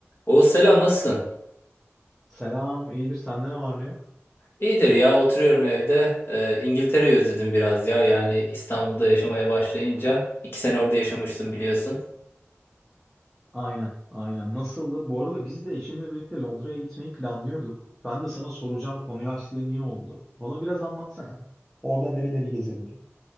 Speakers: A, on the left; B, in the centre.
A: O selam nasılsın?
B: Selam, iyidir. Sende ne var ne yok?
A: İyidir ya oturuyorum evde. Ee, İngiltere'yi özledim biraz ya. Yani İstanbul'da yaşamaya başlayınca iki sene orada yaşamıştım biliyorsun.
B: Aynen, aynen. Nasıldı? Bu arada biz de eşimle birlikte Londra'ya gitmeyi planlıyorduk. Ben de sana soracağım, konuyu açtığın iyi oldu. Bana biraz anlatsana. Orada nereleri gezebilirim?